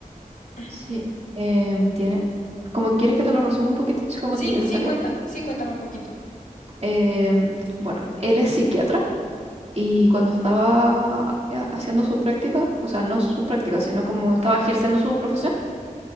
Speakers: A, on the left; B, on the right.
A: <clears throat>
B: Sí. Em, tiene, como quieres que te lo resuma un poquito, si como
A: Sí,
B: te interesaría.
A: sí, cuenta, sí, cuéntame un poquito.
B: Em, bueno, él es psiquiatra y cuando estaba eh, haciendo su práctica, o sea, no su práctica, sino como estaba ejerciendo su profesión,